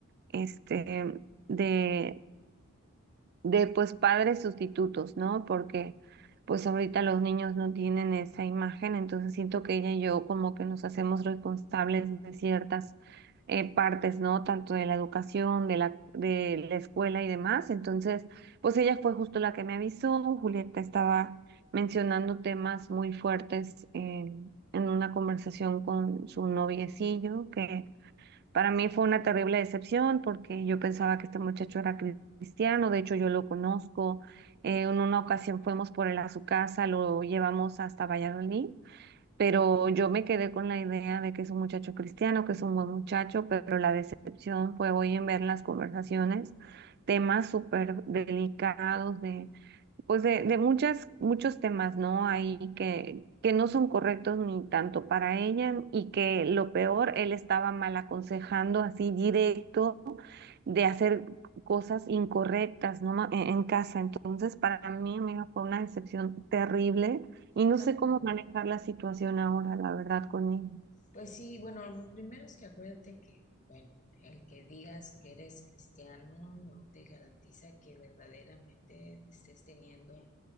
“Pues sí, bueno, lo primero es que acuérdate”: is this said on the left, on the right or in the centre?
Left